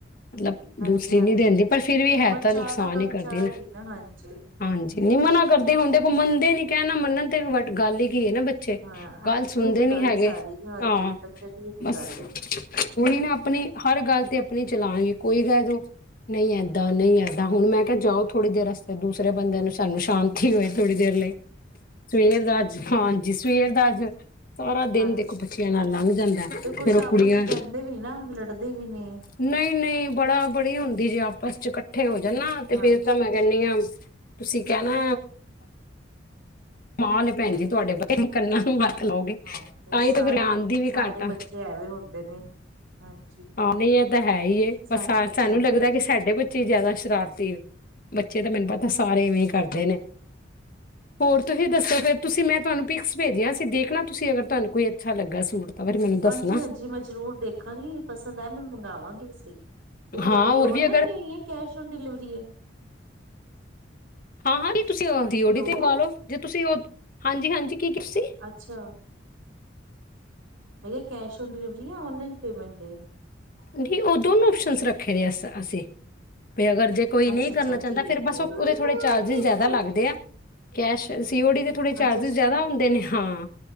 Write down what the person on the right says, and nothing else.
ਹਾਂਜੀ
ਹਾਂਜੀ
ਪਰ
ਚਾਹ
ਦਾ ਕੰਮ
ਚਾਹ
ਹੀ ਨਾ ਹਾਂਜੀ
ਤੇ
ਹਾਂ
ਇਹ ਤੇ
ਗੱਲ
ਸਾਰੀ ਹਾਂਜੀ
ਬੱਚਿਆਂ ਦੀ ਇਹ ਤੇ
ਗੱਲ ਏ
ਹਾਂਜੀ
ਤੇ ਕੁਛ
ਆਪਸ
ਚ ਬਹਿੰਦੇ ਵੀ ਨੀ ਨਾ ਲੜਦੇ ਵੀ ਨੇ
ਹਾਂਜੀ
ਹਾਂ
ਸਾਰੇ-
ਸਾਰੇ
ਬੱਚੇ ਐਵੇਂ ਹੁੰਦੇ ਨੇ ਹਾਂਜੀ!
ਸਾਰੇ
ਬੱਚੇ
ਐਵੇਂ
ਹੁੰਦੇ
ਹਾਂਜੀ-ਹਾਂਜੀ ਮੈਂ ਜ਼ਰੂਰ ਦੇਖਾਂਗੀ ਬਸ ਮੈਂ ਮੈ ਮੰਗਵਾਵਾਂਗੀ ਵੀ ਸਈ ਇਹ ਤਿਓੜੀ
ਔਨਲਾਈਨ
ਲਣੀ ਏ ੱਕੈਸ਼- ਨ ਡਿਲੀਵਰੀ ਏ
ਹੈਲੋ
ਅੱਛਾ। ਮੈਂ ਕਿਹਾ ਕੈਸ਼ ਔਨ ਡਿਲੀਵਰੀ ਜਾਂ ਔਨਲਾਈਨ ਪੇਮੈਂਟ ਏ
ਅੱਛਾ-ਅੱਛਾ
ਠੀਕ
ਏ।
ਅੱਛਾ-ਅੱਛਾ।
ਅੱਛਾ